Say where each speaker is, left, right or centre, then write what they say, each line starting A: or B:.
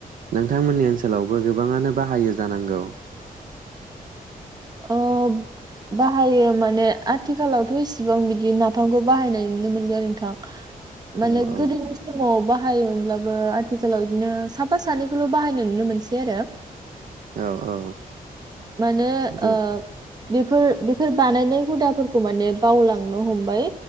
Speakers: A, on the right; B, on the right.
A: नोंथांमोननि ओनसोलावबो गोबाङानो बाहायो जानांगौ।
B: ओ बाहायो माने आथिखालावथ' इसिबां बिदि नाफामखौ बाहायनाय नुनो मोनलिया आरो नोंथां। माने
A: औ औ
B: गोदोनि समावबा बाहायोमोनब्लाबो आथिखालाव बिदिनो साफा सानैखौल' बाहायनाय नुनो मोनसै आरो।
A: औ औ।
B: माने
A: जे
B: ओ बेफोर बेफोर बानायनाय हुदाफोरखौ माने बावलांनो हमबाय।